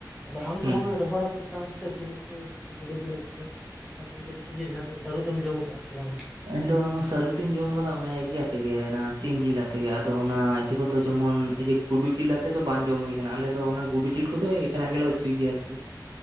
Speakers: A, in the centre; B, on the right.
A: ᱟᱫᱚ ᱟᱢ
B: ᱦᱩᱸ
A: ᱫᱚ ᱜᱚᱢᱠᱮ ᱨᱚᱦᱚᱲ ᱦᱟᱠᱩ ᱥᱟᱸᱣ ᱥᱮ ᱡᱤᱞ ᱩᱛᱩ ᱜᱩᱰᱩ ᱡᱤᱞ ᱩᱛᱩ ᱫᱚ ᱚᱱᱟ ᱯᱤᱰᱤᱮᱛ ᱤᱭᱟᱹ ᱡᱟᱦᱟᱸ ᱫᱚ ᱥᱟᱹᱨᱩ ᱫᱚᱢ ᱡᱚᱢ ᱟᱠᱟᱟᱜᱼᱟ ᱥᱮ ᱵᱟᱝᱟ?
B: ᱤᱧᱫᱚ ᱥᱟᱹᱨᱩ ᱫᱩᱧ ᱡᱚᱢ ᱟᱠᱟᱫᱟ ᱚᱱᱮ ᱤᱭᱟ ᱟᱛᱮᱜᱮ ᱚᱱᱟ ᱥᱤᱢ ᱡᱤᱞ ᱟᱛᱮ ᱜᱮ ᱟᱫᱚ ᱚᱱᱟ ᱮᱤᱭᱟᱹ ᱠᱚᱫᱚ ᱡᱮᱢᱚᱱ ᱜᱩᱰᱩ ᱡᱤᱞ ᱟᱛᱮᱮᱫ ᱫᱚ ᱵᱟᱝ ᱡᱚᱢ ᱦᱩᱭ ᱟᱠᱟᱱᱟ ᱟᱞᱮ ᱫᱚ ᱚᱱᱟ ᱜᱩᱰᱩ ᱡᱤᱞ ᱠᱚᱫᱚ ᱮᱠᱷᱮᱱᱟᱜ ᱜᱮᱞᱮ ᱩᱛᱩᱭ ᱜᱮᱭᱟ ᱟᱨᱠᱤ᱾